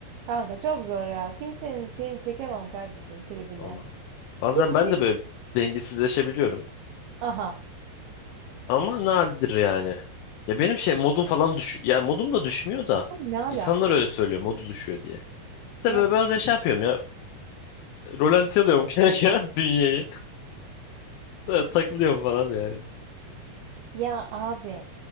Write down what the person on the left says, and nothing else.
Vallahi. Bazen
ben de böyle dengesizleşebiliyorum.
Ama nadir yani. Ya benim şey modum falan düş ya modum da düşmüyor da
insanlar öyle söylüyor modu düşüyor diye. İşte
böyle biraz şey yapıyorum ya. Rolanti alıyorum <laughs> kanka bünyeyi. Böyle takılıyorum falan yani.